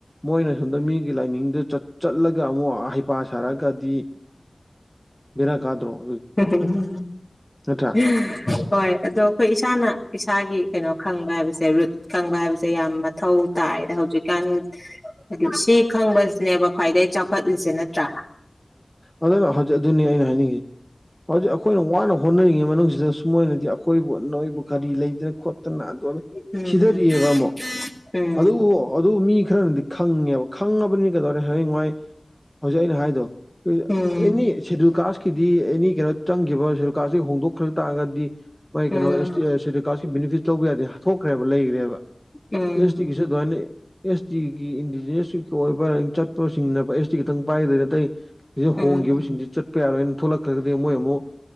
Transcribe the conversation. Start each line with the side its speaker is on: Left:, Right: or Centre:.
Centre: ꯃꯣꯏꯅ ꯁꯣꯝꯗ ꯃꯤꯒꯤ ꯂꯥꯏꯅꯤꯡꯗ ꯆꯠ ꯆꯠꯂꯒ ꯑꯃꯨꯛ ꯍꯩꯄꯥ ꯁꯥꯔꯛꯒꯗꯤ ꯕꯤꯔꯛ ꯀꯥꯗ꯭ꯔꯣ
Left: ꯎꯝꯝꯝ
Centre: ꯅꯠꯇ꯭ꯔꯥ
Left: ꯎꯝ ꯍꯣꯏ ꯑꯗꯣ ꯑꯩꯈꯣꯏ ꯏꯁꯥꯅ ꯏꯁꯥꯒꯤ ꯀꯩꯅꯣ ꯈꯪꯕ ꯍꯥꯏꯕꯁꯦ ꯔꯨꯠ ꯈꯪꯕ ꯍꯥꯏꯕꯁꯦ ꯌꯥꯝ ꯃꯊꯧ ꯇꯥꯏꯗ ꯍꯧꯖꯤꯛꯀꯥꯟ ꯑꯗꯨ ꯁꯤ ꯈꯪꯕꯁꯤꯅꯦꯕ ꯈ꯭ꯋꯥꯏꯗꯒꯤꯩ ꯆꯥꯎꯈꯠꯂꯤꯁꯦ ꯅꯠꯇ꯭ꯔꯥ
Centre: ꯑꯗꯨꯅ ꯍꯧꯖꯤꯛ ꯑꯗꯨꯅꯤ ꯑꯩꯅ ꯍꯥꯏꯅꯤꯡꯉꯤ ꯍꯧꯖꯤꯛ ꯑꯩꯈꯣꯏꯅ ꯋꯥꯅ ꯍꯣꯠꯅꯔꯤꯉꯩ ꯃꯅꯨꯡꯁꯤꯗ ꯃꯣꯏꯅꯗꯤ ꯑꯩꯈꯣꯏꯕꯨ ꯅꯣꯏꯕꯨ ꯀꯔꯤ ꯂꯩꯗꯅ ꯈꯣꯠꯇꯅ ꯑꯗꯨ
Left: ꯎꯝ
Centre: ꯊꯤꯊꯔꯤꯑꯦꯕ ꯑꯃꯨꯛ
Left: ꯎꯝ
Centre: ꯑꯗꯨ ꯑꯗꯨ ꯃꯤ ꯈꯔꯅꯗꯤ ꯈꯪꯉꯦꯕ ꯈꯪꯉꯕꯅꯤꯅ ꯀꯩꯗꯧꯔꯦ ꯍꯌꯦꯡꯥꯏ ꯍꯧꯖꯤꯛ ꯑꯩꯅ ꯍꯥꯏꯗꯣ ꯑꯦꯅꯤ
Left: ꯎꯝ
Centre: ꯁꯦꯗꯨꯜ ꯀꯥꯁꯀꯤꯗꯤ ꯑꯦꯅꯤ ꯀꯩꯅꯣ ꯆꯪꯈꯤꯕ ꯁꯦꯗꯨꯜ ꯀꯥꯁꯀꯤ ꯍꯣꯡꯗꯣꯛꯈ꯭ꯔ ꯇꯥꯔꯒꯗꯤ ꯃꯥꯒꯤ
Left: ꯎꯝ
Centre: ꯀꯩꯅꯣꯁ ꯕꯅꯤꯐꯤꯠ ꯇꯧꯕ ꯌꯥꯗꯦ ꯍꯥ ꯊꯣꯛꯈ꯭ꯔꯦꯕ ꯂꯩꯈ꯭ꯔꯦꯕ
Left: ꯎꯝ
Centre: ꯑꯦꯁ ꯇꯤꯒꯤ ꯑꯗꯨꯃꯥꯏꯅ ꯑꯦꯁ ꯇꯤꯒꯤ ꯏꯟꯗꯤꯖꯤꯅ꯭ꯁ ꯑꯣꯏꯕ ꯆꯠꯄꯁꯤꯡꯅꯅꯕ ꯑꯦꯁ ꯇꯤ ꯈꯤꯇꯪ ꯄꯥꯏꯒꯗꯣꯏ ꯅꯠꯇꯇꯩ ꯁꯤꯗ
Left: ꯎꯝ
Centre: ꯍꯣꯡꯈꯤꯕꯁꯤꯡꯁꯤ ꯆꯠꯄ ꯌꯥꯔꯣꯏꯅ ꯊꯣꯛꯂꯛꯈ꯭ꯔꯒꯗꯤ ꯃꯣꯏ ꯑꯃꯨꯛ